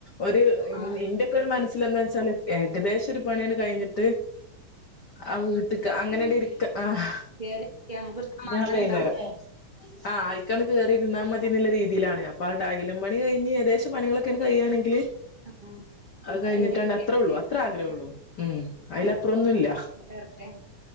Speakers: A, on the left (about 60°); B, on the right (about 25°).
A: ഒരു ഇ
B: ആ
A: ഇന്റ മനസ്സൽ എന്താ വച്ചാല് ഏകദേശംന്റ ഒരു പണിയാണ് കഴിഞ്ഞിട്ട് ആ വീട്ടി അങ്ങനെട് ഇരിക്ക ആഹ്
B: കേറിരിക്ക നമുക്കൊരു സമാധാനം
A: ഞാൻ വൈന്നേരം
B: ഉണ്ടാവുമല്ലോ
A: ആഹ് അയ്ക്കാണ്ട് കേറിയിര്ന്നാമതിന്ന്ള്ള രീതിയിലാണ് അപ്പൊ ആ ടൈലും പണി കഴിഞ് ഏകദേശം ത്ത് പണികളൊക്കെ ആണ്ട് കയ്യാണെങ്കില്
B: ആഹ്
A: അത് കഴിഞ്ഞിട്ടാണ്ട്
B: കേറിയിരിക്കാന്
A: അത്രൊള്ളു അത്ര ആഗ്രഹൊള്ളൂ ഉം അയ്ലപ്രൊന്നും ഇല്ല
B: എര്റ്റേ